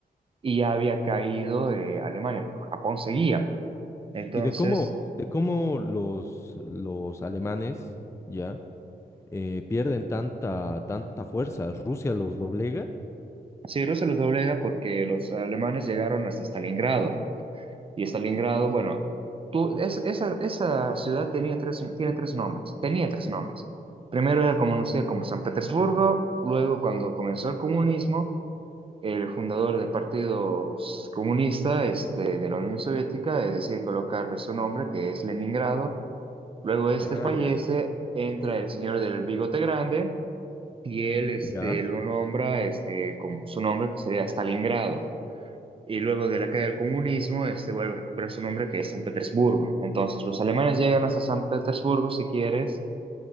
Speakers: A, on the right; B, on the left.
A: y ya había caído eh, Alemania, pero Japón seguía. Entonces,
B: Y de cómo, de cómo los, los alemanes ya eh, pierden tanta, tanta fuerza. Rusia los doblega.
A: sí, Rusia los doblega porque los alemanes llegaron hasta Stalingrado. Y Stalingrado, bueno, tú, es- esa, esa ciudad tenía tres, tiene tres nombres, tenía tres nombres. Primero era conocida como San Petersburgo, luego cuando comenzó el comunismo, el fundador del Partido Comunista este, de la Unión Soviética eh, decide colocarle su nombre, que es Leningrado. Luego este
B: Ah,
A: fallece,
B: ya, ya.
A: entra el señor del bigote grande y él este,
B: Ya,
A: lo nombra este, con su nombre que sería Stalingrado y luego de la caída del comunismo, este vuelve a recuperar su nombre que es San Petersburgo. Entonces los alemanes llegan hasta San Petersburgo, si quieres,